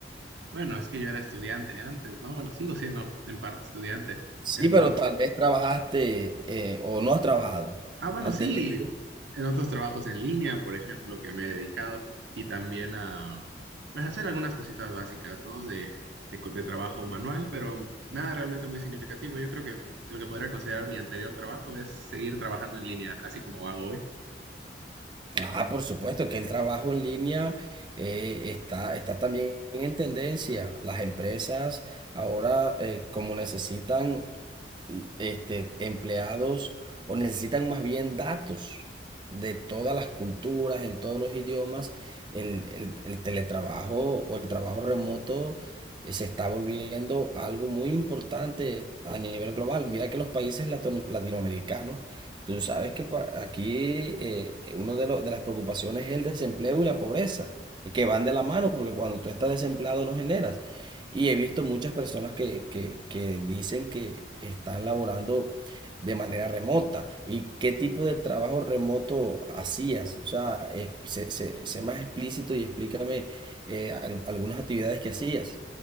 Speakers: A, on the right; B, on the right.
A: Bueno, es que yo era estudiante antes, ¿no? Bueno, sigo siendo en parte estudiante.
B: Sí,
A: Entonces,
B: pero tal vez trabajaste eh, o no has trabajado
A: ah, bueno,
B: antes
A: sí,
B: de esto.
A: en otros trabajos en línea, por ejemplo, que me he dedicado y también a, pues, hacer algunas cositas básicas, ¿no? De, de, co- de trabajo manual, pero nada realmente muy significativo. Yo creo que lo que podría considerar mi anterior trabajo es seguir trabajando en línea, así como hago hoy.
B: Ah, por supuesto que el trabajo en línea eh, está, está también en tendencia. Las empresas ahora eh, como necesitan este, empleados o necesitan más bien datos de todas las culturas, en todos los idiomas, el, el- el teletrabajo o el trabajo remoto eh, se está volviendo algo muy importante a nivel global. Mira que los países latino- latinoamericanos, tú sabes que pa- aquí eh, uno de, los- de las preocupaciones es el desempleo y la pobreza, y que van de la mano porque cuando tú estás desempleado no generas. Y he visto muchas personas que, que, que dicen que están laborando de manera remota. ¿Y qué tipo de trabajo remoto hacías? O sea, eh, sé, sé- sé más explícito y explícame eh, al- algunas actividades que hacías.